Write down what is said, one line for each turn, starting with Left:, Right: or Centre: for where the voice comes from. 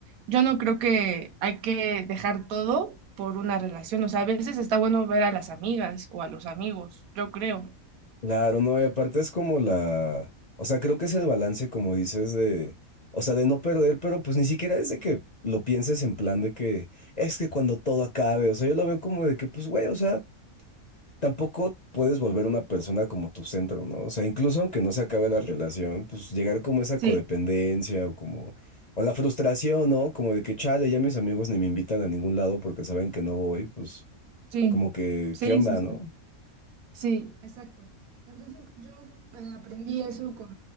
Right: yo no creo que hay que dejar todo por una relación. O sea, a veces está bueno ver a las amigas o a los amigos, yo creo.
Left: Claro, no, y aparte es como la, o sea, creo que es el balance, como dices, de, o sea, de no perder, pero pues ni siquiera es de que lo pienses en plan de que es que cuando todo acabe, o sea, yo lo veo como de que, pues, güey, o sea, tampoco puedes volver una persona como tu centro, ¿no? O sea, incluso aunque no se acabe la relación, pues llegar como esa
Right: Sí,
Left: codependencia o como, o la frustración, ¿no? Como de que, chale, ya mis amigos ni me invitan a ningún lado porque saben que no voy, pues,
Right: sí,
Left: como que,
Right: sí,
Left: ¿qué onda,
Right: sí, sí.
Left: no?
Right: Sí, exacto. Entonces yo eh, aprendí eso con